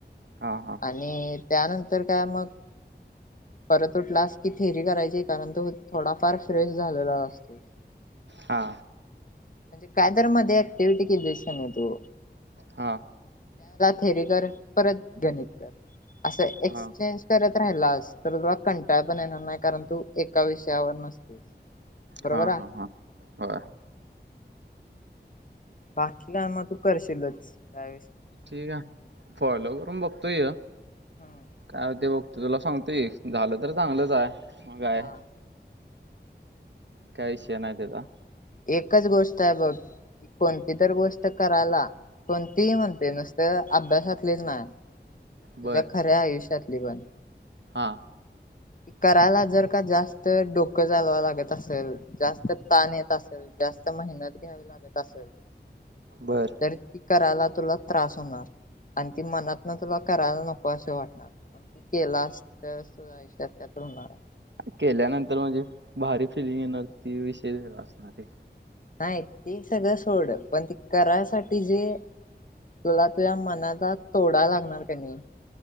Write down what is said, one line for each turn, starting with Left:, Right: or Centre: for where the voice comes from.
Right: हा हा
Left: आणि त्यानंतर काय मग परत उठलास की थेरी करायची कारण तो थोडाफार फ्रेश झालेला असते म्हणजे
Right: हा
Left: कायदरमध्येध्ये ऍक्टिव्हटी किलीस नाही तो
Right: हा
Left: थेरेकर परत गणितकर असं एक्सचेंज
Right: हा
Left: करत राहिला तर तुला कंटाळ पण येणार नाही कारण तू एका विषयावर नसतेस बरोबर
Right: हा
Left: आहे
Right: हा हा वा
Left: बाकीला म तू करशीलच अ
Right: ठीक आहे फॉलो करून बघतोय
Left: हम्म.
Right: काय ते ब त तुला सांगतोय झालं तर चांगलंच आहेय ह काय
Left: हा
Right: काय विषय नतात
Left: एकच गोष्ट आहे बघ कोणती तर गोष्ट करायला कोणतीही म्हणते नुसत अभ्यासातलीच नाही तुझ्या
Right: बर
Left: खऱ्या आयुष्यात लिवन
Right: हा.
Left: करायला जर का जास्त डोकं जालवं लागत असेल जास्त ताण येत असेल जास्त मेहनत घ्यावी लागत असेल.
Right: बर
Left: त्या करायला तुला त्रास होणार आणि ती मनात ना तुला करायला नको असे वाटणार त केला अस चकत होणारा
Right: केल्यानंतर म्हणझे भारी फिलिंग येणार ती विषयष असणारी
Left: नाही ते सगळं सोड पण ते करायसाठी जे तुला तुझ्या मनाला तोडा लागणार का नाही?